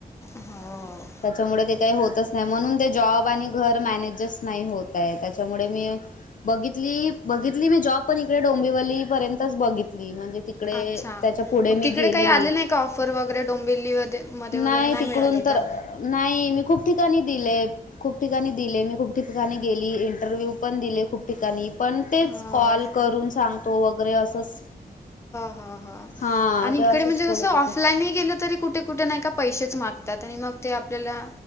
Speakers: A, on the left; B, on the left.
A: हो
B: त्याच्यामुळे ते काही होतच नाही म्हणून ते जॉब आणि घर मॅनेजस नाही होत आहे त्याच्यामुळे मी बघितली बघितली मी जॉब पण इकडे डोंबिवली पर्यंतच बघितली म्हणजे तिकडे
A: अच्छा.
B: त्याच्या पुढे
A: मग
B: मी
A: तिकडे
B: गेली
A: काही
B: नाही
A: आले का ऑफर वगैरे डोंबिवलीमध्ये मध्ये वगैरे
B: नाही तिकडून
A: मिळाले
B: तर
A: का?
B: अ नाही मी खूप ठिकाणी दिलेत. खूप ठिकाणी दिले मी खूप ठिकाणी गेली इंटरव्ह्यू पण दिले खूप ठिकाणी पण तेच.
A: हो.
B: कॉल करून सांगतो वगैरे असंच
A: हो ह
B: हा
A: आणि
B: ते
A: इकडे
B: असेच
A: म्हणजे कसं
B: बोलत होते.
A: ऑफलाईनही गेलं तरी कुठे कुठे नाही का पैसेच मागतात आणि मग ते आपल्याला